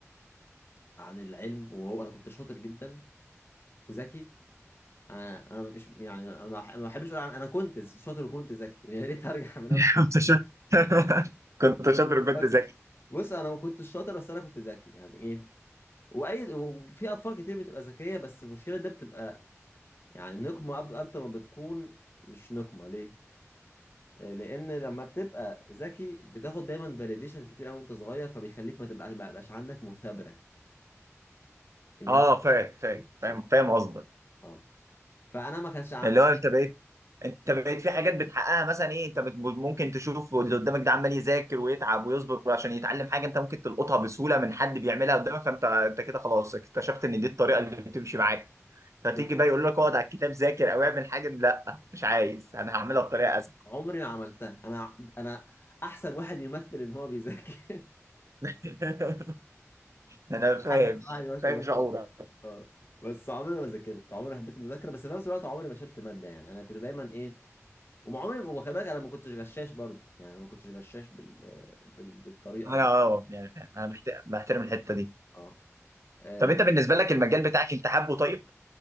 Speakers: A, on the left; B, on the right.
A: عن العلم وهو انا كنت شاطر جدا وذكي انا انا مش يعني انا ما بح- ما بحبش اقول عن- انا كنت شاطر وكنت ذكي <laughs> يا ريت ارجع بنفس
B: <laughs> كنت شاطر <laughs> كنت شاطر وكنت
A: نفس-
B: ذكي
A: بص انا ما كنتش شاطر بس انا كنت ذكي يعني ايه واي وفي اطفال كتير بتبقى ذكيه بس المشكله ده بتبقى يعني نقمه أب- اكتر ما بتكون مش نقمه ليه آه، لان لما بتبقى ذكي بتاخد دايما فاليديشن كتير قوي وانت صغير فبيخليك ما تبقاش ما يبقاش عندك مثابره اللي
B: اه
A: انت
B: فاهم فاهم
A: شيء
B: فاهم فاهم قصدك
A: اه فانا ما كانش
B: اللي هو انت بقيت انت بقيت في حاجات بتحققها مثلا ايه انت بت- ممكن تشوف اللي قدامك ده عمال يذاكر ويتعب ويصبر عشان يتعلم حاجه انت ممكن تلقطها بسهوله من حد بيعملها قدامك فانت انت كده خلاص اكتشفت ان دي الطريقه اللي بتمشي معاك فتيجي
A: عم...
B: بقى يقول لك اقعد على الكتاب ذاكر او اعمل حاجه لا مش عايز انا هعملها بطريقه اسهل
A: عمري ما عملتها انا انا احسن واحد يمثل ان هو بيذاكر <laughs>
B: <laughs> انا فاهم
A: احسن واحد يمثل
B: فاهم
A: ان هو بيذاكر
B: شعورك
A: اه بس عمري ما ذاكرت عمري ما حبيت المذاكره بس في نفس الوقت عمري ما شلت ماده يعني انا كنت دايما ايه وما عمري وخلي بالك انا ما كنتش غشاش برضو يعني أنا ما كنتش غشاش بال... بال... بالطريقه
B: انا
A: دي
B: اه يعني فاهم. انا بحت- بحترم الحته دي
A: اه آه،
B: طب انت بالنسبه لك المجال بتاعك انت حابه طيب؟